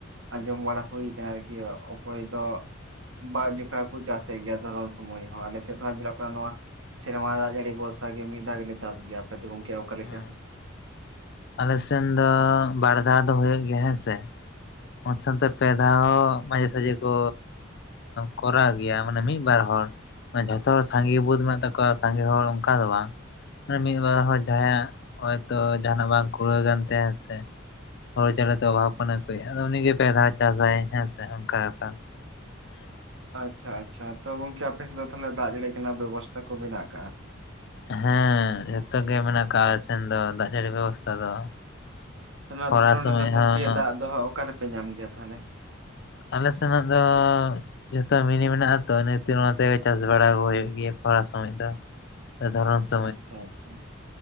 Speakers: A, on the right; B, on the left.
A: ᱟᱸᱡᱚᱢ ᱵᱟᱲᱟ ᱦᱳᱭ ᱠᱟᱱᱟ ᱟᱨᱠᱤ ᱚᱠᱚᱭ ᱫᱚ ᱵᱟᱨ ᱡᱚᱠᱷᱟ ᱦᱚᱠᱚ ᱪᱟᱥᱮᱫ ᱜᱮᱭᱟ, ᱫᱷᱚᱨᱚᱱ ᱥᱚᱢᱚᱭ ᱦᱚᱸ ᱟᱞᱮ ᱥᱮᱫ ᱦᱚᱸ ᱧᱮᱞᱚᱜ ᱠᱟᱱᱟ ᱱᱚᱣᱟ ᱥᱮᱨᱢᱟ ᱫᱟᱜ ᱡᱟᱲᱤ ᱵᱷᱚᱨᱥᱟ ᱜᱮ ᱢᱤᱫ ᱫᱟᱣ ᱜᱮᱞᱮ ᱪᱟᱥ ᱜᱮᱭᱟ, ᱟᱯᱮ ᱫᱚ ᱜᱚᱝᱠᱮ ᱚᱠᱟ ᱞᱮᱠᱟ?
B: ᱦᱮᱸ, ᱟᱞᱮ ᱥᱮᱱ ᱫᱚ ᱵᱟᱨ ᱫᱷᱟᱣ ᱫᱚ ᱦᱩᱭᱩᱜ ᱜᱮᱭᱟ ᱦᱮᱸ ᱥᱮ᱾ <unintelligible> ᱥᱟᱶᱛᱮ ᱯᱮᱫᱷᱟᱣ ᱢᱟᱡᱮ ᱥᱟᱡᱮ ᱠᱚ ᱠᱚᱨᱟᱣ ᱜᱮᱭᱟ, ᱢᱟᱱᱮ ᱢᱤᱜ-ᱵᱟᱨ ᱦᱚᱲ᱾ ᱡᱷᱚᱛᱚ ᱦᱚᱲ ᱥᱟᱸᱜᱮ ᱵᱚᱫ ᱢᱮᱱᱟᱜ ᱛᱟᱠᱚᱣᱟ, ᱥᱟᱸᱜᱮ ᱦᱚᱲ ᱚᱱᱠᱟ ᱫᱚ ᱵᱟᱝ᱾ ᱢᱤᱫᱵᱟᱨ ᱦᱚᱲ ᱡᱟᱦᱟᱸᱭᱟᱜ ᱦᱚᱭᱛᱚ ᱡᱟᱦᱟᱱᱟᱜ ᱵᱟᱝ ᱠᱩᱲᱟᱹᱣ ᱠᱟᱱ ᱛᱟᱭᱟ ᱦᱮᱸ ᱥᱮ, <unintelligible> ᱟᱫᱚ ᱩᱱᱤ ᱜᱮ ᱯᱮ ᱫᱷᱟᱣ ᱪᱟᱥᱟᱭ, ᱦᱮᱸ ᱥᱮ ᱚᱱᱠᱟ ᱵᱮᱯᱟᱨ᱾
A: ᱟᱪᱪᱷᱟ ᱟᱪᱪᱷᱟ, ᱛᱚ ᱜᱚᱝᱠᱮ ᱟᱯᱮᱥᱮᱫ ᱫᱚ ᱛᱟᱦᱚᱞᱮ ᱫᱟᱜ ᱡᱟᱹᱲᱤ ᱨᱮᱱᱟᱜ ᱵᱮᱵᱚᱥᱛᱟ ᱠᱚ ᱢᱮᱱᱟᱜ ᱟᱠᱟᱜ-ᱟ?
B: ᱦᱮᱸ ᱡᱷᱚᱛᱚ ᱜᱮ ᱢᱮᱱᱟᱜ ᱠᱟᱜ-ᱟ ᱟᱞᱮ ᱥᱮᱱ ᱫᱚ, ᱫᱟᱜ ᱡᱟᱹᱲᱤ ᱵᱮᱵᱚᱥᱛᱷᱟ ᱫᱚ᱾
A: ᱚᱱᱟ
B: ᱠᱷᱚᱨᱟ
A: ᱫᱷᱚᱨᱚᱱ
B: ᱥᱚᱢᱚᱭ
A: ᱨᱮᱫᱚ ᱜᱚᱝᱠᱮ
B: ᱦᱚᱸ
A: ᱫᱟᱜ ᱫᱚ ᱦᱟᱸᱜ ᱚᱠᱟ ᱨᱮᱯᱮ ᱧᱟᱢ ᱜᱮᱭᱟ ᱛᱟᱦᱚᱞᱮ?
B: ᱟᱞᱮ ᱥᱮᱱᱟᱜ ᱫᱚ ᱡᱚᱛᱚ ᱢᱤᱱᱤ ᱢᱮᱱᱟᱜ ᱟᱛᱚ ᱤᱱᱟᱹ ᱠᱷᱛᱤᱨ ᱚᱱᱟᱛᱮ ᱜᱮ ᱪᱟᱥ ᱵᱟᱲᱟ ᱠᱚ ᱦᱩᱭᱩᱜ ᱜᱮᱭᱟ ᱠᱷᱚᱨᱟ ᱥᱚᱢᱚᱡ ᱫᱚ᱾ ᱫᱷᱚᱨᱚᱱ ᱥᱚ
A: ᱟᱪᱪᱷᱟ ᱟᱪᱪᱷᱟ,